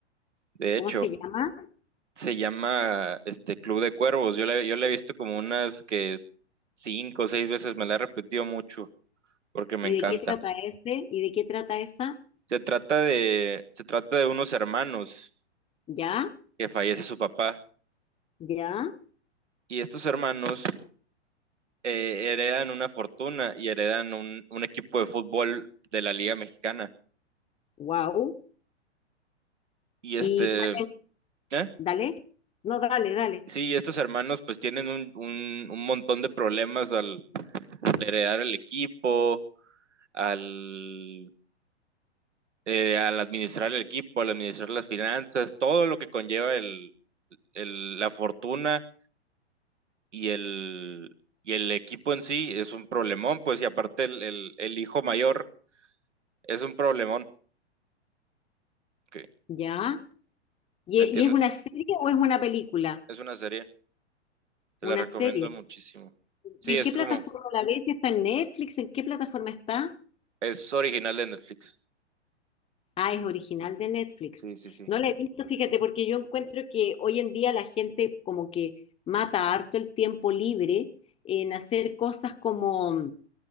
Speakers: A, on the right; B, on the left.
A: de
B: ¿cómo
A: hecho,
B: se llama?
A: se llama este Club de Cuervos. Yo la, yo la he visto como unas que cinco o seis veces, me la he repetido mucho, porque me
B: ¿Y
A: encanta.
B: de qué trata este? ¿Y de qué trata esa?
A: Se trata de, se trata de unos hermanos
B: Ya,
A: que fallece su papá
B: ya,
A: y estos hermanos eh, heredan una fortuna y heredan un, un equipo de fútbol de la Liga Mexicana.
B: wow.
A: Y este,
B: Y sale-
A: ¿eh?
B: dale, no, dale, dale,
A: Sí, estos hermanos pues tienen un, un, un montón de problemas al heredar el equipo, al, eh, al administrar el equipo, al administrar las finanzas, todo lo que conlleva el, el- la fortuna y el, y el equipo en sí es un problemón, pues, y aparte el, el, el hijo mayor es un problemón, que,
B: ya. ¿Y,
A: ¿me entiendes?
B: y es una serie o es una película?
A: Es una serie, te
B: Una
A: la recomiendo
B: serie.
A: muchísimo. Sí,
B: ¿Y en
A: es
B: qué
A: como,
B: plataforma la ves? Si ¿Está en Netflix? ¿En qué plataforma está?
A: es original de Netflix.
B: Ah, es original de Netflix.
A: Sí, sí, sí.
B: No la he visto, fíjate, porque yo encuentro que hoy en día la gente como que mata harto el tiempo libre en hacer cosas como